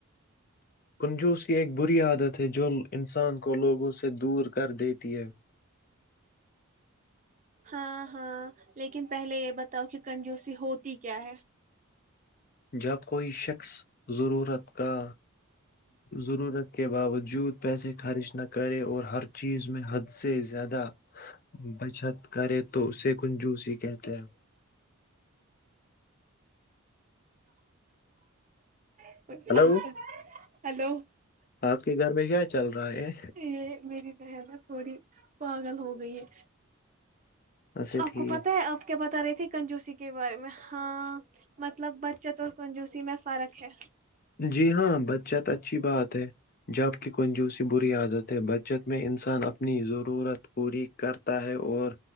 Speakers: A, on the left; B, on the right.
A: کنجوسی ایک بری عادت ہے جو انسان کو لوگوں سے دور کر دیتی ہے
B: ہاں ہاں لیکن پہلے یہ بتاؤ کہ کنجوسی ہوتی کیا ہے
A: جب کوئی شخص ضرورت کا ضرورت کے باوجود پیسے خرچ نہ کریں اور ہر چیز میں حد سے زیاد بچت کرے تو اسے کنجوس ہی کہتے ہیں
B: <unintelligible>
A: ہلو
B: ہیلو
A: آپ کے گھر میں کیا چل رہا ہے
B: یہ میری کہہن نا تھوڑی پاگل ہو گئی ہے
A: اچھا
B: آ
A: ٹھیک
B: کو پتہ ہے آپ کیا بات ت رہے تھی کنجوسی کے بارے میں ہاں مطلب بچت اور کنجوسی میں فرق ہے
A: جی ہاں بچت اچھی بات ہے جبک کنج س بری عادت ہے بچت میں انسان اپنی ضرورت پوری کرتا ہے اور